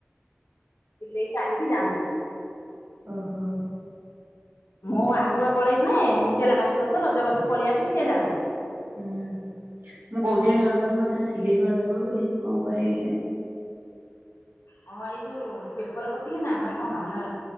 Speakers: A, on the left; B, on the right.
A: ସିଲେଇ ସାରିକି ଯାଆନ୍ତି।
B: ଓହୋ।
A: ମୁଁ ଆଗୁଆ ପଳେଇଥାଏ ମୁଁ ସେ ଲାଷ୍ଟ ରଜ ରଜବାସୀ ପଳେଇଆସେ ସେ ଯାଆନ୍ତି।
B: ହୁଁ ମୁଁ କହୁଥିଲି ଭାଉଜ ମୋତେ ଟିକେ ସିଲେଇ କରିଦବ ବୋଲି କଣ କରିବି କିଆଣି।
A: ହଁ ଏଇ ଯୋଉ ପେପର କଟିଙ୍ଗୀନା ନା କଣ ନା?